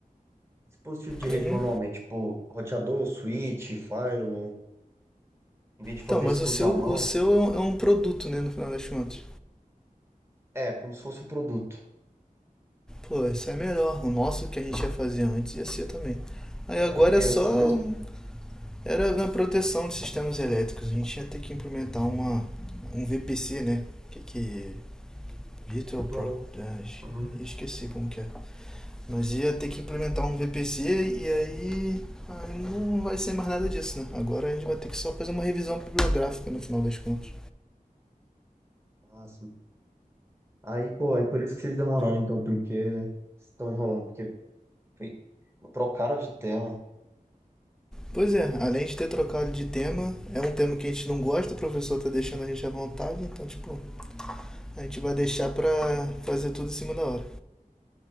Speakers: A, on the right; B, in the centre.
A: dispositivo de rede
B: Uhum.
A: manualmente, tipo roteador, switch, firewall. Em vez de fazer
B: Então, mas
A: isso tudo
B: o seu,
A: na mão,
B: o seu é um- é um produto, né, no final das contas.
A: é como se fosse um produto.
B: Pô, esse é melhor. O nosso que a gente ia fazer antes ia ser também. Aí agora
A: Era o que
B: é só.
A: antes mesmo?
B: Era na proteção de sistemas elétricos. A gente ia ter que implementar uma, um VPC, né? Que que. Virtual
A: Virtual.
B: Pro. ah,
A: Aham.
B: eu esqueci como que é. Mas ia ter que implementar um VPC e aí. Aí não vai ser mais nada disso, né? Agora a gente vai ter que só fazer uma revisão bibliográfica no final das contas.
A: Ah, sim. Aí, pô, é por isso que vocês demoraram então, porque estão enrolando, porque foi... trocaram de tema.
B: Pois é, além de ter trocado de tema, é um tema que a gente não gosta, o professor tá deixando a gente à vontade, então, tipo, A gente vai deixar pra fazer tudo em cima da hora.